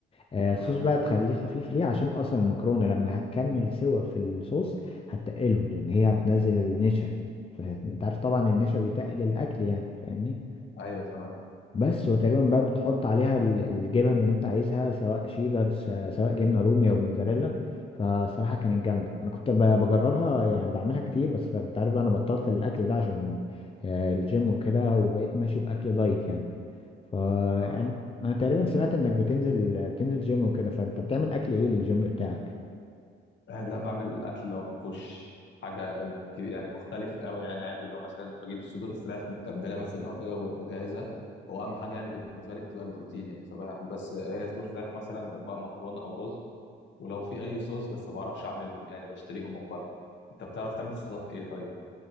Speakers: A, on the left (about 30°); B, on the left (about 65°).
A: آه،
B: تمام
A: الصوص بقى تخليه خفيف ليه عشان اصلا المكرونه لما هتكمل سوا في الصوص هتقله لان هي هتنزل النشا فانت عارف طبعا النشا بيتقل الاكل يعني فاهمني
B: ايوه تمام
A: بس وتقريبا بقى بتحط عليها ال- الجبن اللي انت عايزها سواء شيدر س- سواء جبنه رومي او موتزاريلا فصراحه كانت جامده انا كنت ب- بجربها يعني بعملها كتير بس انت عارف بقى انا بطلت الاكل ده عشان آه، الجيم وكده وبقيت ماشي باكل دايت يعني فانا
B: اه
A: انا أنا تقريبا سمعت انك بتنزل بتنزل جيم وكده فانت بتعمل اكل ايه للجيم بتاعك
B: آه، لا بعمل الاكل اللي هو مفهوش حاجه ك- يعني مختلفه قوي يعني عادي لو مثلا بجيب صدور الفراخ متبله مثلا او كده وبجهزها هو اهم حاجه يعني بالنسبه لي بتبقى البروتين يعني فبعمل بس هي صدور فراخ مثلا جنبها مكرونه او رز ولو في اي صوص بس ما بعرفش اعملهم يعني بشتريهم من بره انت بتعرف تعمل صوصات ايه طيب